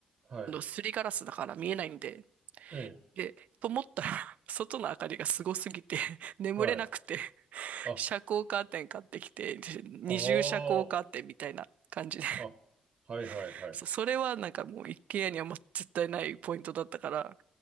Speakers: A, on the right (about 45°); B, on the right (about 70°).
A: はい。
B: あの、すりガラスだから見えないんで。
A: ええ、
B: で、と思ったら、<laughs> 外の明かりがすごすぎて、<laughs> 眠れなくて、
A: はい。
B: <laughs>
A: あ、あ
B: 遮光カーテン買ってきて、二重遮光カーテンみたいな感じで。
A: あ、あ、はい、はい、
B: <laughs>
A: はい。
B: そそれはなんかもう一軒家にはもう絶対ないポイントだったから、